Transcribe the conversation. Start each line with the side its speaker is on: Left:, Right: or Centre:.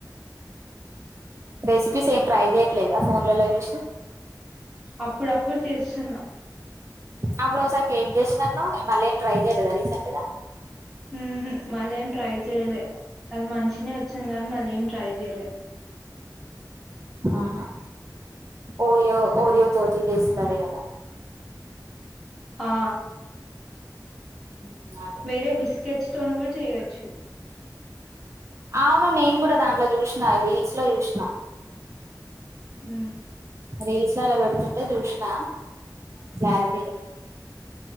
Right: రెసిపీస్ ఏం ట్రై చెయట్లేద ఫోన్లలో చూసి
Centre: అప్పుడప్పుడు చేస్తున్న
Right: అప్పుడు ఒకసారి కేక్ చేసినాను అన్నావ్ మళ్ళీ ఏం ట్రై చేయలేద రీసెంట్గా
Centre: ఉహు మళ్ళ ఏం ట్రై చెయలే అది మంచినే వచ్చింది కానీ మళ్ళ ఏం ట్రై చెయలే
Right: ఆహా ఓరియో ఓరియో తోటి చేసింది అదే కదా
Centre: ఆ
Right: <unintelligible>
Centre: వేరే బిస్కెట్స్ తోని కూడ చేయొచ్చు
Right: అవును నేను కూడ దాంట్లో చూసిన రీల్స్ లో చూసిన
Centre: ఉ
Right: రీల్సలో పెడుతుంటే చూసిన క్లారిటీ లే